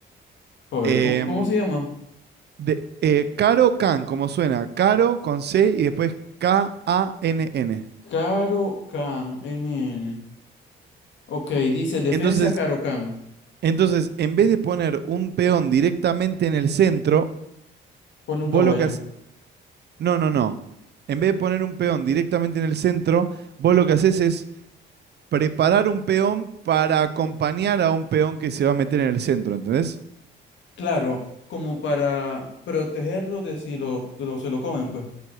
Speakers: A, on the left; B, on the right.
A: A ver,
B: Em,
A: ¿cómo, cómo se llama?
B: de- eh, Caro Can, como suena, Caro con C y después K-A-N-N.
A: Caro Can, N. N. Ok, dice defensa
B: Entonces,
A: Caro Can.
B: Entonces, en vez de poner un peón directamente en el centro,
A: Pone un
B: vos
A: caballo.
B: lo que haces... No, no, no. En vez de poner un peón directamente en el centro, vos lo que haces es preparar un peón para acompañar a un peón que se va a meter en el centro, ¿entendés?
A: Claro, como para protegerlo de si lo, lo- se lo comen, pues.